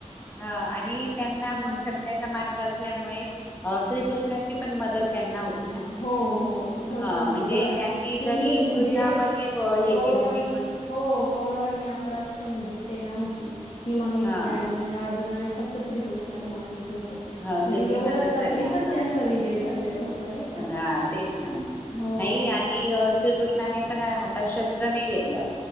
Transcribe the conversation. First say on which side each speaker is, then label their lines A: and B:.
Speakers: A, on the left; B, on the left.
A: हा आणि त्यांना मग
B: हम्म
A: सत्याचा मार्ग असल्यामुळे श्रीकृष्णाची पण मदत त्यांना होती. ना
B: हो हो भरपूर
A: हा
B: होती
A: म्हणजे
B: बघा
A: त्यांनी
B: ती
A: जरी
B: म्हणजे
A: युद्धामध्ये
B: कौरवांनी
A: हे केलं नाही
B: हो कौरवांनी अकराक्षणी जी सेना होती. ती मागितली
A: हा
B: आणि अर्जुनाने फक्त श्रीकृषणाला मागित होत म्हणजे
A: हा श्रीकृष्णाचा
B: एवढा
A: सल्ला
B: इथंच
A: हा
B: त्यांचा विजय ठरलेला होता. नाही का?
A: हा तेच ना म
B: हो.
A: नाही आणि श्रीकृष्णाने पण हातात शस्त्र नाही घेतलं